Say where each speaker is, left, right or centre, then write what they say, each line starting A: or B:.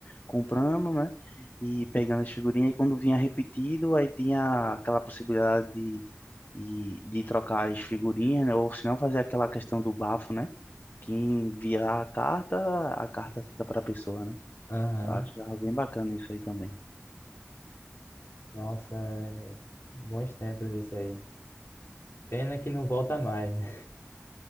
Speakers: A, on the left; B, on the left.
A: comprando, né, e pegando as figurinhas, e quando vinha repetido, aí tinha aquela possibilidade de, e, de trocar as figurinhas, né, ou se não fazer aquela questão do bafo, né, Quem virar a carta, a carta fica pra pessoa, né?
B: Aham.
A: Eu acho bem bacana isso aí também.
B: Nossa, é, bons tempos isso aí. Pena que não volta mais, né?